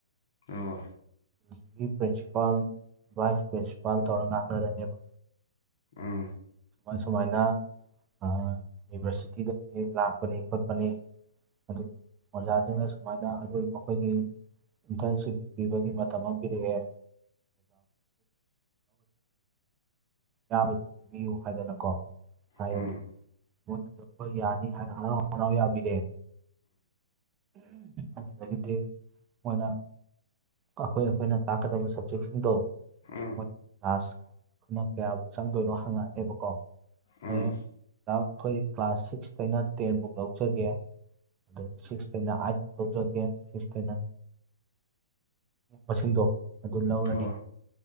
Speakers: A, on the left; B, on the right.
A: ꯑꯣ
B: ꯑꯗꯨꯒꯤ ꯄ꯭ꯔꯤꯟꯁꯤꯄꯥꯜ ꯚꯥꯏꯁ ꯄ꯭ꯔꯤꯟꯁꯤꯄꯥꯜ ꯇꯧꯔꯒ ꯉꯥꯡꯅꯔꯅꯦꯕ
A: ꯎꯝ
B: ꯁꯨꯃꯥꯏ ꯁꯨꯃꯥꯏꯅ ꯑ ꯌꯨꯅꯤꯚꯔꯁꯤꯇꯤꯗꯒꯤ ꯂꯥꯛꯄꯅꯤ ꯈꯣꯠꯄꯅꯤ ꯑꯗꯨ ꯑꯣꯖꯥꯁꯤꯡꯅ ꯁꯨꯃꯥꯏꯅ ꯑꯗꯨꯝ ꯑꯩꯈꯣꯏꯒꯤ ꯏꯟꯇꯔꯟꯁꯤꯞ ꯄꯤꯕꯒꯤ ꯃꯇꯝ ꯑꯃ ꯄꯤꯔꯛꯑꯦ ꯑꯣꯖꯥ <unintelligible> ꯄꯤꯕꯤꯌꯨ ꯍꯥꯏꯗꯅꯀꯣ ꯍꯥꯏꯔꯅꯤ
A: ꯎꯝ
B: ꯃꯣꯏꯅ ꯆꯠꯄ ꯌꯥꯅꯤ ꯍꯥꯏꯅ ꯍꯔꯥꯎ ꯍꯔꯥꯎ ꯌꯥꯕꯤꯔꯦ ꯑꯗꯨꯗꯒꯤꯗꯤ ꯃꯣꯏꯅ ꯑꯩꯈꯣꯏ ꯑꯩꯈꯣꯏꯅ ꯇꯥꯛꯀꯗꯕ ꯁꯕꯖꯦꯛꯁꯤꯡꯗꯣ
A: ꯎꯝ
B: ꯃꯣꯏ
A: ꯎꯝ
B: ꯀ꯭ꯂꯥꯁ ꯄꯨꯟꯅ ꯀꯌꯥꯕꯥꯎ ꯆꯪꯗꯣꯏꯅꯣ ꯍꯪꯉꯛꯑꯅꯦꯕ ꯀꯣ
A: ꯎꯝ
B: ꯍꯌꯦꯡ ꯑꯩꯈꯣꯏ ꯀ꯭ꯂꯥꯁ ꯁꯤꯛꯁꯇꯩꯅ ꯇꯦꯟꯕꯨꯛ ꯂꯧꯖꯒꯦ ꯑꯗꯩ ꯁꯤꯛꯁ ꯇꯩꯅ ꯑꯩꯠ ꯐꯥꯎ ꯂꯧꯖꯒꯦ ꯁꯤꯛꯁ ꯇꯩꯅ ꯃꯁꯤꯡꯗꯣ ꯑꯗꯨ ꯂꯧꯔꯅꯤ
A: ꯑꯣ